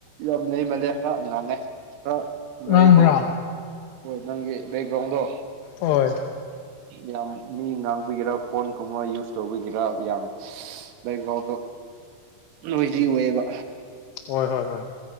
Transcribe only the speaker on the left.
ꯉꯥꯡꯕ꯭ꯔꯥ
ꯍꯣꯏ
ꯍꯣꯏ ꯍꯣꯏ ꯍꯣꯏ